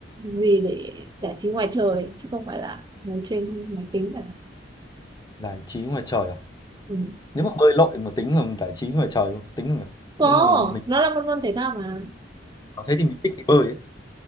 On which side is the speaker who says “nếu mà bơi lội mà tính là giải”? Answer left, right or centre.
Left